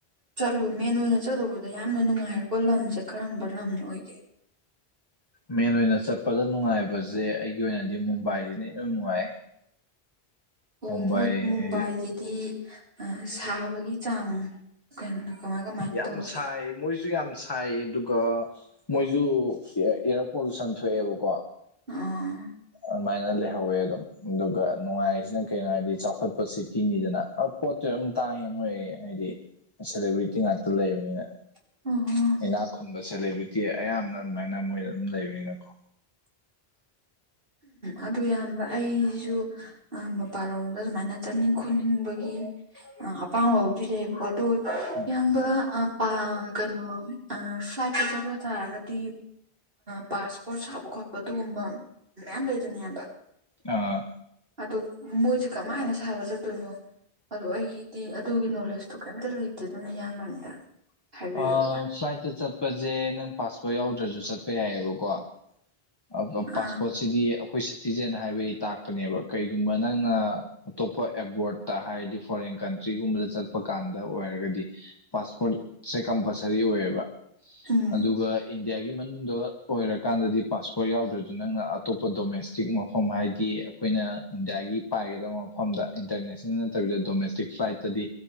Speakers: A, on the right; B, on the left.
A: ꯆꯠꯂꯨ ꯃꯦꯟ ꯑꯣꯏꯅ ꯆꯠꯂꯨꯕꯗ ꯌꯥꯝꯅ ꯅꯨꯡꯉꯥꯏꯔꯛꯄ ꯂꯝꯁꯦ ꯀꯔꯝꯕ ꯂꯝꯅꯣ ꯑꯣꯏꯒꯦ
B: ꯃꯦꯟ ꯑꯣꯏꯅ ꯆꯠꯄꯗ ꯅꯨꯡꯉꯥꯏꯕꯁꯦ ꯑꯩꯒꯤ ꯑꯣꯏꯅꯗꯤ ꯃꯨꯝꯕꯥꯏꯁꯤꯅ ꯏꯅꯨꯡ ꯅꯨꯡꯉꯥꯏ
A: ꯑꯣ
B: ꯃꯨꯝꯕꯥꯏ
A: ꯃꯨꯝꯕꯥꯏꯗꯗꯤ
B: ꯍꯥꯏꯗꯤ
A: ꯁꯥꯕꯒꯤ ꯆꯥꯡ ꯀꯩꯅꯣ ꯀꯃꯥꯏ ꯀꯃꯥꯏꯅ
B: ꯌꯥꯝ
A: ꯇꯧꯒꯦ
B: ꯁꯥꯏ ꯃꯣꯏꯁꯨ ꯌꯥꯝ ꯁꯥꯏ ꯁꯥꯏ ꯑꯗꯨꯒ ꯃꯣꯏꯁꯨ ꯏꯌꯥꯔ ꯄꯣꯂꯨꯁꯟ ꯊꯣꯛꯑꯦꯕꯀꯣ
A: ꯑꯥ
B: ꯑꯗꯨꯃꯥꯏꯅ ꯂꯩꯍꯧꯋꯦ ꯑꯗꯨꯝ ꯑꯗꯨꯒ ꯅꯨꯡꯉꯥꯏꯔꯤꯁꯤꯅ ꯀꯩꯅꯣ ꯍꯥꯏꯗꯤ ꯆꯥꯎꯈꯠꯄ ꯁꯤꯇꯤꯅꯤꯗꯅ ꯄꯣꯠꯇꯨ ꯑꯗꯨꯝ ꯇꯥꯡꯉꯦ ꯃꯣꯏ ꯍꯥꯏꯗꯤ ꯁꯦꯂꯦꯕ꯭ꯔꯤꯇꯤ ꯉꯥꯛꯇ ꯂꯩꯕꯅꯤꯅ
A: <unintelligible>
B: ꯏꯅꯥꯛ ꯈꯨꯟꯕ ꯁꯦꯂꯦꯕꯔꯤꯇꯤ ꯑꯌꯥꯝꯅ ꯑꯗꯨꯃꯥꯏꯅ ꯃꯣꯏꯗ ꯑꯗꯨꯝ ꯂꯩꯅꯤꯅꯀꯣ
A: ꯑꯗꯨ ꯌꯥꯝꯕ ꯑꯩꯁꯨ ꯃꯄꯥꯟꯂꯣꯝꯗ ꯁꯨꯃꯥꯏꯅ ꯆꯠꯅꯤꯡ ꯈꯣꯠꯅꯤꯡꯕꯒꯤ ꯑꯄꯥꯝꯕꯕꯨꯗꯤ ꯂꯩꯌꯦꯕꯀꯣ ꯑꯗꯨ
B: ꯎꯝ
A: ꯏꯌꯥꯝꯕ ꯑꯥ ꯄꯥ ꯀꯩꯅꯣ ꯑꯥ ꯐ꯭ꯂꯥꯏꯠꯇ ꯆꯠꯄ ꯇꯥꯔꯒꯗꯤ ꯄꯥꯔꯁꯄꯣꯔꯠ ꯁꯥꯕ ꯈꯣꯠꯄ ꯑꯗꯨꯒꯨꯝꯕ ꯃꯌꯥꯝ ꯂꯩꯗꯅ ꯏꯌꯥꯝꯕ
B: ꯑꯥ
A: ꯑꯗꯣ ꯃꯣꯏꯁꯦ ꯀꯃꯥꯏꯅ ꯁꯥꯕ ꯆꯠꯇꯣꯏꯅꯣ ꯑꯗꯣ ꯑꯩꯒꯤ ꯑꯩꯗꯤ ꯑꯗꯨꯒꯤ ꯅꯣꯂꯦꯖꯇꯨ ꯀꯩꯝꯇ ꯂꯩꯇꯦ ꯑꯗꯨꯅ ꯏꯌꯥꯝꯕ ꯑꯝꯇ ꯍꯥꯏꯕꯤꯔꯛꯎꯕ
B: ꯑꯥ ꯐ꯭ꯂꯥꯏꯠꯇ ꯆꯠꯄꯁꯦ ꯅꯪ ꯄꯥꯁꯄꯣꯔꯠ ꯌꯥꯎꯗ꯭ꯔꯁꯨ ꯆꯠꯄ ꯌꯥꯏꯌꯦꯕ ꯀꯣ ꯑ
A: ꯑꯥ
B: ꯄꯥꯁꯄꯣꯠꯁꯤꯗꯤ ꯑꯩꯈꯣꯏ ꯁꯤꯇꯤꯖꯦꯟ ꯍꯥꯏꯕꯒꯤ ꯇꯥꯛꯄꯅꯦꯕ ꯀꯩꯒꯨꯝꯕ ꯅꯪꯅ ꯑꯇꯣꯞꯄ ꯑꯦꯕꯣꯔꯗ ꯇ ꯍꯥꯏꯔꯗꯤ ꯐꯣꯔꯦꯟ ꯀꯟꯇ꯭ꯔꯤꯒꯨꯝꯕꯗ ꯆꯠꯄ ꯀꯥꯟꯗ ꯑꯣꯏꯔꯒꯗꯤ ꯄꯥꯁꯄꯣꯔꯠ ꯀꯝꯄꯜꯁꯔꯤ ꯑꯣꯏꯕ
A: ꯎꯝ
B: ꯑꯗꯨꯒ ꯏꯟꯗꯤꯌꯥꯒꯤ ꯃꯅꯨꯡꯗ ꯑꯣꯏꯔꯀꯥꯟꯗꯗꯤ ꯄꯥꯁꯄꯣꯔꯠ ꯌꯥꯎꯗ꯭ꯔꯁꯨ ꯅꯪꯅ ꯑꯇꯣꯞꯄ ꯗꯣꯃꯦꯁꯇꯤꯛ ꯃꯐꯝ ꯍꯥꯏꯗꯤ ꯑꯩꯈꯣꯏꯅ ꯏꯟꯗꯤꯌꯥꯒꯤ ꯄꯥꯏꯒꯗꯕ ꯃꯐꯝꯗ ꯏꯟꯇꯔꯅꯦꯁꯅꯦꯜ ꯅꯠꯇꯕꯤꯗ ꯗꯣꯃꯦꯁꯇꯤꯛ ꯐ꯭ꯂꯥꯏꯠꯇꯗꯤ